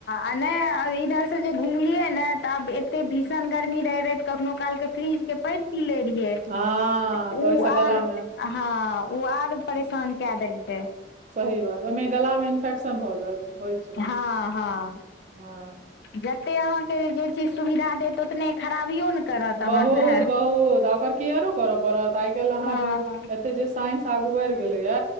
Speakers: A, on the left; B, on the right.
A: आ नहि इधर से जे घुमलियै ने तऽ आब एते भीषण गर्मी रहै रहै कखनो कालके फ्रिज के पनि पी लै रहियैऽ
B: हँ तऽ
A: ओ
B: ओहिसँ गला
A: आर
B: मे
A: हँ ओ आर परेशान कए देलकै
B: सही बात ओहि में गला में इन्फेक्शन भऽ जायत होइ छै
A: हँ हँ
B: हँ
A: जते अहाँके जे चीज सुविधा देत ओतने खराबियो ने करत अहाँ
B: बहुत
A: लए
B: बहुत आ ओकर की आरो करऽ पड़त आइ काल्हि अहाँ
A: हँ
B: जे ते जे साइंस आगू बइढ़ गेलै या